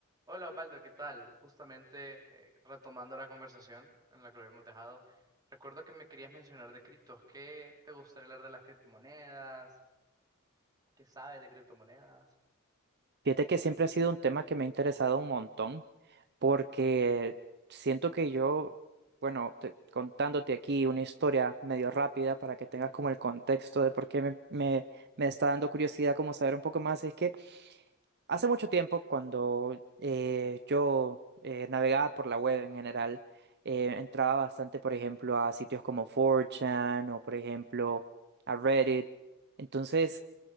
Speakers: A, on the right; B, on the right.
A: Hola Osvaldo, ¿qué tal? Justamente eh, retomando la conversación en la que lo habíamos dejado, recuerdo que me querías mencionar de criptos. ¿Qué te gustaría hablar de las criptomonedas? ¿Qué sabes de criptomonedas?
B: Fíjate que siempre ha sido un tema que me ha interesado un montón, porque siento que yo, bueno, te- contándote aquí una historia medio rápida para que tengas como el contexto de por qué me, me, me está dando curiosidad como saber un poco más, es que hace mucho tiempo cuando eh, yo eh, navegaba por la web en general, eh, entraba bastante, por ejemplo, a sitios como 4chan o, por ejemplo, a Reddit. Entonces,